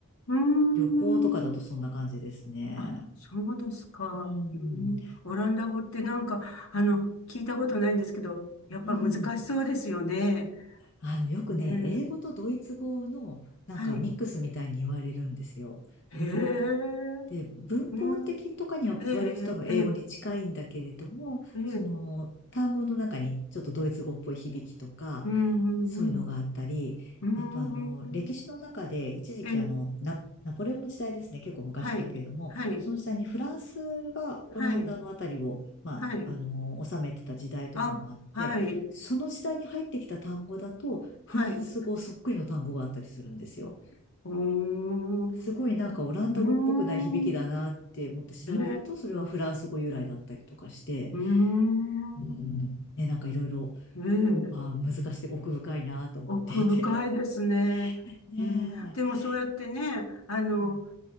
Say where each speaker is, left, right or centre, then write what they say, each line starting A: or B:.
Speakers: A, on the left; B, on the left.
A: うーん。
B: 旅行とかだとそんな感じですね。
A: あ、そうですか。
B: うん。
A: うーん、オランダ語ってなんか、あの、聞いたことないんですけど、やっぱ難しそうですよね。
B: うん。あの、よくね、
A: ねえ。
B: 英語とドイツ語のなんかミックスみたいに言われるんですよ。
A: はい。へえ、
B: で、文法的とかには割と多分英語に近いんだけれども、
A: うん、ええ、ええ、ええ、
B: その単語の中にちょっとドイツ語っぽい響きとか、
A: うん、うん、
B: そういうのがあったり、
A: うん、
B: あとあの、歴史の中で一時期あの、
A: うん、ええ、
B: ナ、ナポレオンの時代ですね、結構昔だけれども、
A: はい、はい、
B: その時代にフランスがオランダのあたりを、
A: はい、
B: まあ、
A: はい、
B: あの、治めてた時代とかもあって、
A: あ、はい、
B: その時代に入ってきた単語だと、フランス語そっくりの単語があったりするんですよ。
A: はい、おー、
B: すごいなんかオランダ語っぽくない響きだなって思って調べると、
A: うーん、ええ、
B: それはフランス語由来だったりとかして、
A: うーん、
B: うん、ね、なんかいろいろ、
A: ええ、
B: まあ難しくて奥深いなと思っていて。
A: 奥深いですね。
B: <laughs> ねえ
A: うん、でもそうやってね、あの、
B: うん、